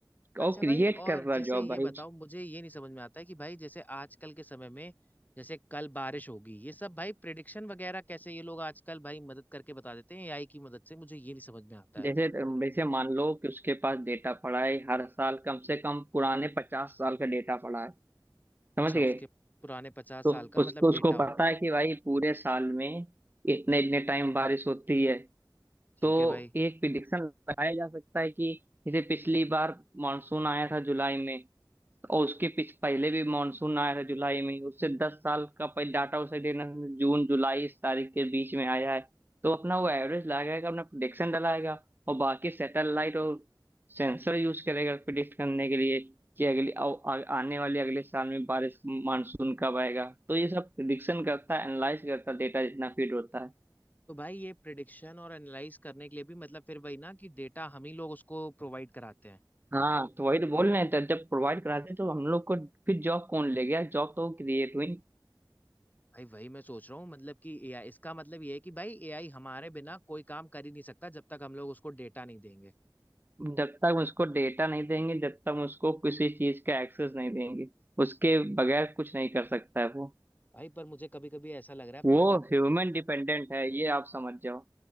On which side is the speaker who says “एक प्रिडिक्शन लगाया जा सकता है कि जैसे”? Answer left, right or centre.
Right